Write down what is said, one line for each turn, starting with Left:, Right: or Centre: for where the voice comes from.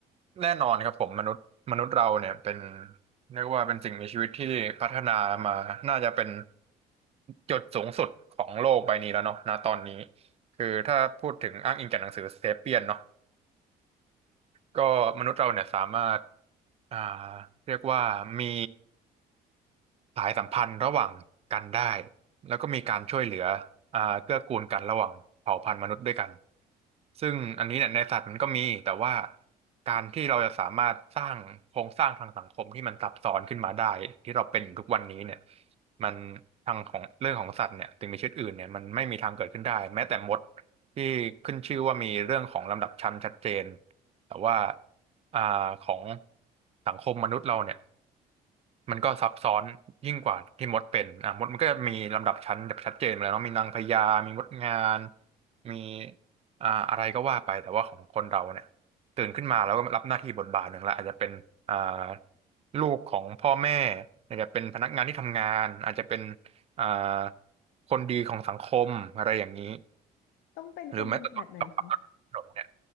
Right: แน่นอนครับผมมนุษย์มนุษย์เราเนี่ยเป็นเรียกว่าเป็นสิ่งมีชีวิตที่พัฒนามาน่าจะเป็นจุดสูงสุดของโลกใบนี้แล้วเนาะณตอนนี้คือถ้าพูดถึงอ้างอิงจากหนังสือเซเปียนเนาะก็มนุษย์เราเนี่ยสามารถอ่าเรียกว่ามี สายสัมพันธ์ระหว่างกันได้ แล้วก็มีการช่วยเหลืออ่าเกื้อกูลกันระหว่างเผ่าพันธุ์มนุษย์ด้วยกัน ซึ่งอันนี้เนี่ยในสัตว์มันก็มี แต่ว่าการที่เราจะสามารถสร้างโครงสร้างทางสังคมที่มันซับซ้อนขึ้นมาได้ที่เราเป็นอยู่ทุกวันนี้เนี่ยมันทางของเรื่องของสัตว์เนี่ยถึงมีชีวิตอื่นเนี่ยมันไม่มีทางเกิดขึ้นได้แม้แต่มดที่ขึ้นชื่อว่ามีเรื่องของลำดับชั้นชัดเจนแต่ว่าอ่าของสังคมมนุษย์เราเนี่ย มันก็ซับซ้อนยิ่งกว่าที่มดเป็นอ่ะมดมันก็จะมีลำดับชั้นแบบชัดเจนเลยเนาะมีนางพญามีมดงานมีอ่าอะไรก็ว่าไปแต่ว่าของคนเราเนี่ยตื่นขึ้นมาแล้วก็รับหน้าที่บทบาทหนึ่งละอาจจะเป็นอ่าลูกของพ่อแม่อาจจะเป็นพนักงานที่ทำงานอาจจะเป็นอ่าคนดีของสังคมอะไรอย่างนี้
Left: ต้องเป็นคนดีขนาดไหนคะ
Right: หรือแม้แต่ตอนขับรถบนถนนเนี่ย